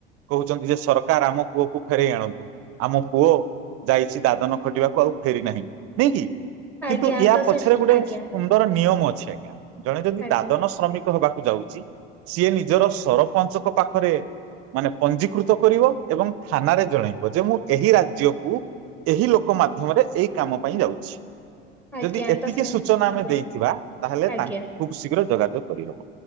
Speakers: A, on the right; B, in the centre.
A: କହୁଛନ୍ତି ଯେ ସରକାର ଆମ ପୁଅକୁ ଫେରେଇ ଆଣନ୍ତୁ। ଆମ ପୁଅ ଯାଇଛି ଦାଦନ ଘଟିବାକୁ ଆଉ ଫେରି ନାହିଁ। ନୁହେ କି
B: ଆଜ୍ଞା
A: କିନ୍ତୁ ୟା
B: ତ ସେ
A: ପଛରେ ଗୋଟେ
B: ଆଜ୍ଞା
A: ସୁ ନ୍ଦର ନିୟମ ଅଛି ଆଜ୍ଞା ଜଣେ ଯଦି
B: ଆଜ୍ଞା
A: ଦାଦନ ଶ୍ରମିକ ହେବାକୁ ଯାଉଛି ସିଏ ନିଜର ସରପଞ୍ଚଙ୍କ ପାଖରେ ମାନେ ପଞ୍ଜିକୃତ କରିବ ଏବଂ ଥାନାରେ ଜଣେଇବ ଯେ ମୁଁ ଏହି ରାଜ୍ୟକୁ ଏହି ଲୋକ କ ମାଧ୍ୟମରେ ଏଇ କାମ ପାଇଁ ଯାଉଛି।
B: ଆଜ୍ଞା
A: ଯଦି ଏତିକି
B: ତ ସେ
A: ସୂଚନା
B: ଆଜ୍ଞା
A: ଆମେ ଦେଇଥିବା ତାହେଲେ
B: ଆଜ୍ଞା।
A: ତାଙ୍କୁ ଖୁବ ଶୀଘ୍ର ଯୋଗାଯୋଗ କରିହବ।